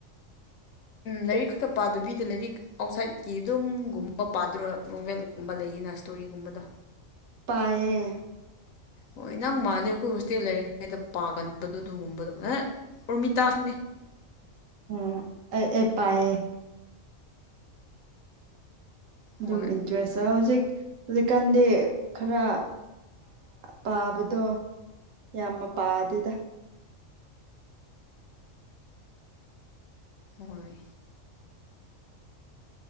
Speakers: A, on the left; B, on the right.
A: ꯂꯥꯏꯔꯤꯛ ꯈꯛꯇ ꯄꯥꯗꯕꯤꯗ ꯂꯥꯏꯔꯤꯛ ꯑꯥꯎꯠꯁꯥꯏꯠꯀꯤ ꯑꯗꯨꯝꯒꯨꯝꯕ ꯄꯥꯗꯣꯣꯕꯦꯜ ꯕ ꯂꯩꯌꯦꯅ ꯏꯁꯇꯣꯔꯤꯒꯨꯝꯕꯗꯣ
B: ꯄꯌꯦ
A: ꯍꯣꯏ ꯅꯪ ꯃꯥꯜꯂꯦ ꯑꯩꯈꯣꯏ ꯍꯣꯁꯇꯦꯜ ꯂꯩꯔꯤ ꯗ ꯄꯥꯒꯟꯕꯗꯣ ꯑꯗꯨꯒꯨꯝꯕꯗꯣ ꯑꯦ ꯎꯔꯃꯤꯇꯥꯁꯨꯅꯦ
B: ꯎꯝ ꯑꯦ ꯄꯌꯦꯦ
A: ꯍꯣꯏ
B: ꯑꯗꯨꯝ ꯏꯟꯇꯔꯦꯁ ꯍꯧꯖꯤꯛ ꯍꯧꯖꯤꯛꯀꯥꯟꯗꯤ ꯈꯔ ꯄꯥꯕꯗꯣ ꯌꯥꯝꯃ ꯄꯥ ꯑꯗꯨꯗ
A: ꯍꯣꯏ